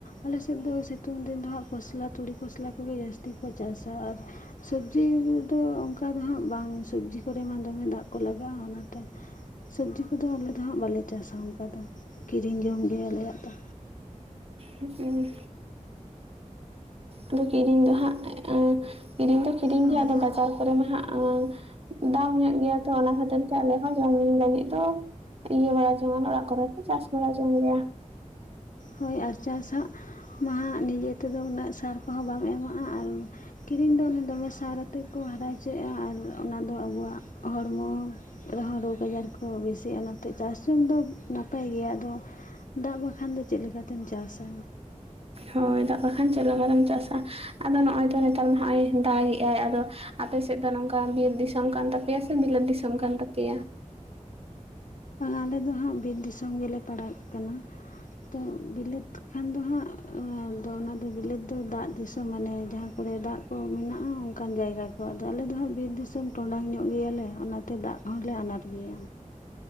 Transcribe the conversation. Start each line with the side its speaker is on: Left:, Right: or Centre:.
Left: ᱟᱞᱮ ᱥᱮᱫ ᱫᱚ ᱥᱤᱛᱩᱝ ᱫᱤᱱ ᱫᱚ ᱦᱟᱸᱜ ᱠᱷᱚᱥᱞᱟ ᱛᱩᱲᱤ ᱠᱚᱚᱥᱞᱟ ᱠᱚ ᱜᱮ ᱡᱟᱹᱥᱛᱤ ᱠᱚ ᱪᱟᱥᱟ ᱟᱨ ᱥᱚᱵᱽᱡᱤ ᱫᱚ ᱚᱱᱠᱟ ᱫᱚ ᱦᱟᱸᱜ ᱵᱟᱝ ᱥᱚᱵᱽᱡᱤ ᱠᱚ ᱢᱟ ᱫᱚᱢᱮ ᱫᱟᱜ ᱠᱚ ᱞᱟᱜᱟᱜᱼᱟ ᱚᱱᱟᱛᱮ ᱥᱚᱵᱽᱡᱤ ᱠᱚᱫᱚ ᱟᱞᱮ ᱫᱚ ᱦᱟᱸᱜ ᱵᱟᱞᱮ ᱪᱟᱥᱟ ᱚᱱᱠᱟ ᱫᱚ ᱠᱤᱨᱤᱧ ᱡᱚᱢ ᱜᱮ ᱟᱞᱮᱭᱟᱜ ᱫᱚ
Right: ᱩ ᱟᱫᱚ ᱠᱤᱨᱤᱧ ᱫᱚ ᱦᱟᱸᱜ ᱠᱤᱨᱤᱧ ᱫᱚ ᱠᱤᱨᱤᱧ
Left: ᱦᱚᱸ
Right: ᱜᱮᱭᱟ ᱟᱫᱚ ᱵᱟᱡᱟᱨ ᱠᱚᱨᱮ ᱢᱟ ᱦᱟᱸᱜ ᱫᱟᱢ ᱧᱚᱜ ᱜᱮᱭᱟ ᱛᱚ ᱚᱱᱟ ᱠᱷᱟᱹᱛᱤᱨ ᱛᱮ ᱟᱞᱮ ᱦᱚᱸ ᱡᱚᱢ ᱞᱟᱹᱜᱤᱫ ᱫᱚ ᱤᱭᱟᱹ ᱵᱟᱲᱟ ᱡᱚᱝ ᱚᱲᱟᱜ ᱠᱚᱨᱮ ᱪᱟᱥ ᱵᱟᱲᱟ ᱡᱚᱝ ᱜᱮᱭᱟ
Left: ᱦᱳᱭ ᱟᱨ ᱪᱟᱥᱟᱜ ᱢᱟ ᱦᱟᱜ ᱱᱤᱡᱮ ᱛᱮᱫᱚ ᱩᱱᱟᱹᱜ ᱥᱟᱨ ᱠᱚᱦᱚᱸ ᱵᱟᱢ ᱮᱢᱟᱜᱼᱟ ᱟᱨ ᱠᱤᱨᱤᱧ ᱫᱚ ᱫᱚᱢᱮ ᱥᱟᱨ ᱟᱛᱮᱫ ᱠᱚ ᱦᱟᱨᱟ ᱦᱚᱪᱚᱭᱮᱫᱼᱟ ᱟᱨ ᱚᱱᱟᱫᱚ ᱟᱵᱚᱣᱟᱜ ᱦᱚᱲᱢᱚ ᱨᱮᱦᱚᱸ ᱨᱳᱜᱽ ᱟᱡᱟᱨ ᱠᱚ ᱵᱮᱥᱤᱜᱼᱟ ᱚᱱᱟᱛᱮ ᱪᱟᱥ ᱡᱚᱢ ᱫᱚ ᱱᱟᱯᱟᱭ ᱜᱮᱭᱟ ᱟᱫᱚ ᱫᱟᱜ ᱵᱟᱠᱷᱟᱱ ᱫᱚ ᱪᱮᱫ ᱞᱮᱠᱟᱛᱮᱢ ᱪᱟᱥᱟ
Right: ᱦᱳᱭ ᱫᱟᱜ ᱵᱟᱠᱷᱟᱱ ᱪᱮᱫ ᱞᱮᱠᱟ ᱨᱮᱢ ᱪᱟᱥᱟ ᱟᱫᱚ ᱱᱚᱜᱼᱚᱭ ᱛᱚ ᱱᱮᱛᱟᱨ ᱢᱟ ᱱᱚᱜᱼᱭ ᱫᱟᱜ ᱮᱜᱼ ᱟᱭ ᱟᱫᱚ ᱟᱯᱮ ᱥᱮᱫ ᱫᱚ ᱱᱚᱝᱠᱟ ᱵᱤᱨ ᱫᱤᱥᱚᱢ ᱠᱟᱱ ᱛᱟᱯᱮᱭᱟ ᱥᱮ ᱵᱤᱞᱟᱹᱛ ᱫᱤᱥᱚᱢ ᱠᱟᱱ ᱛᱟᱯᱮᱭᱟ?
Left: ᱟᱞᱮᱫ ᱫᱚ ᱦᱟᱸᱜ ᱵᱤᱨ ᱫᱤᱥᱚᱢ ᱜᱮᱞᱮ ᱯᱟᱲᱟᱜ ᱠᱟᱱᱟ ᱛᱚ ᱵᱤᱞᱟᱹᱛ ᱠᱷᱟᱱ ᱫᱚ ᱦᱟᱸᱜ ᱚᱱᱟ ᱵᱤᱞᱟᱹᱛ ᱫᱚ ᱫᱟᱜ ᱫᱤᱥᱚᱢ ᱢᱟᱱᱮ ᱡᱟᱦᱟᱸ ᱠᱚᱨᱮ ᱫᱟᱜ ᱠᱚ ᱢᱮᱱᱟᱜᱼᱟ ᱚᱱᱠᱟᱱ ᱡᱟᱭᱜᱟ ᱠᱚ ᱟᱫᱚ ᱟᱞᱮ ᱫᱚ ᱦᱟᱸᱜ ᱵᱤᱨ ᱫᱤᱥᱚᱢ ᱴᱚᱸᱰᱟᱝ ᱧᱚᱜ ᱜᱮᱭᱟᱞᱮ ᱚᱱᱟᱛᱮ ᱫᱟᱜ ᱦᱚᱸᱞᱮ ᱟᱱᱟᱴ ᱜᱮᱭᱟ